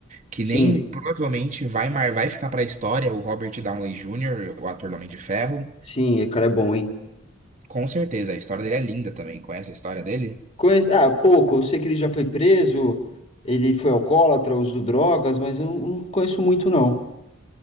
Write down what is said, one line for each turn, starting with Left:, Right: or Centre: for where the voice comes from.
Right: que
Left: sim,
Right: nem provavelmente vai, mar, vai ficar pra história o Robert Downey Jr., o ator do Homem de Ferro.
Left: sim, o cara é bom, hein?
Right: Com certeza, a história dele é linda também. Conhece a história dele?
Left: Conhe- Ah, pouco, eu sei que ele já foi preso, ele foi alcoólatra, usou drogas, mas eu não não conheço muito, não.